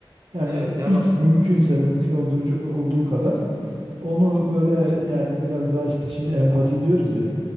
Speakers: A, on the right; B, on the right.
A: Yani
B: evet ya
A: ilk
B: bak.
A: mümkünse mümkün olduğu, olduğu kadar onu böyle yani biraz daha işte şimdi empati diyoruz ya.